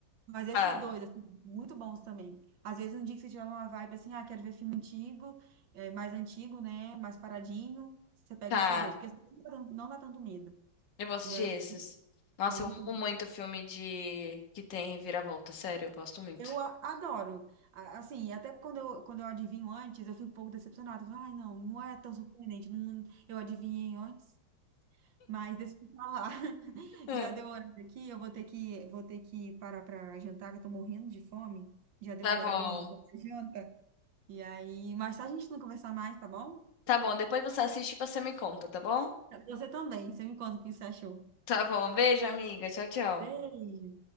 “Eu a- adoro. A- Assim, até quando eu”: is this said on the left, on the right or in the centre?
Right